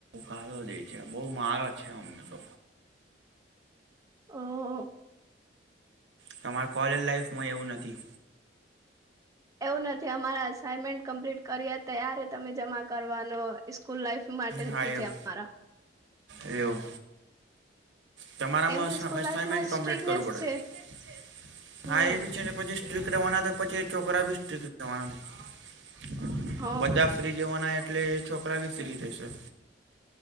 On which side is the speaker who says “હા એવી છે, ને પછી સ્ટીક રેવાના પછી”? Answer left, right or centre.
Right